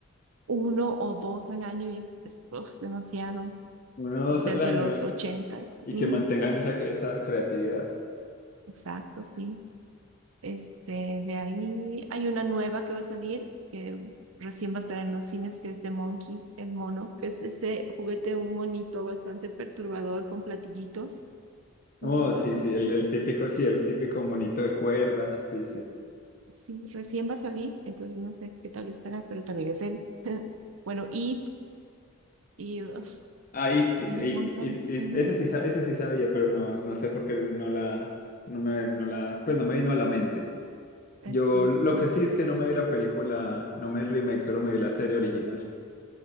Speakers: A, on the right (about 70°); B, on the left (about 40°).
A: uno o dos al año. y Es, es, uf, demasiado.
B: Uno
A: Desde
B: o dos al año
A: los ochentas.
B: y
A: Mm,
B: que mantengan esa, esa creatividad.
A: exacto, sí. Este, de ahí hay una nueva que va a salir, que recién va a estar en los cines, que es de Monkey, el mono, que es este juguete, un monito bastante perturbador con platillitos. No
B: Oh,
A: sé si
B: sí,
A: lo conoces.
B: sí, el, el típico, sí, el típico monito de cuerda, sí, sí.
A: Sí, recién va a salir, entonces no sé qué tal estará, pero también es él. <laughs> Bueno, It, y uf,
B: Ah, It, sí,
A: hay
B: It,
A: un montón.
B: It, It,
A: Ujú,
B: Ese sí, sa- ese sí sabía, pero no, no sé por qué no la, no me, no la, pues no me vino a la mente.
A: es
B: Yo
A: cierto.
B: lo que sí es que no me vi la película, no me vi el remake, solo me vi la serie original,